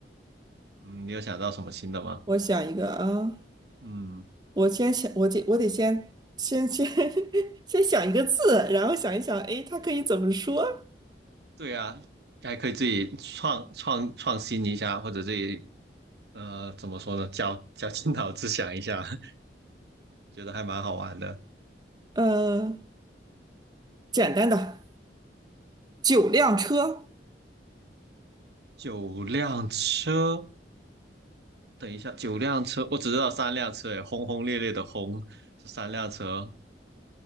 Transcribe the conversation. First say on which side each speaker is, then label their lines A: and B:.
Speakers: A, on the right; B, on the right.
A: 嗯，你有想到什么新的吗？
B: 我想一个啊。
A: 嗯。
B: 我先想，我得我得先先先 <laughs> 先想一个字，然后想一想，哎，它可以怎么说？
A: 对啊，还可以自己创创创新一下，或者自己呃怎么说呢，绞绞尽脑汁想一下，<laughs> 觉得还蛮好玩的。
B: 呃，简单的，九辆车，
A: 九辆车，等一下，九辆车，我只知道三辆车，哎，轰轰烈烈的轰是三辆车，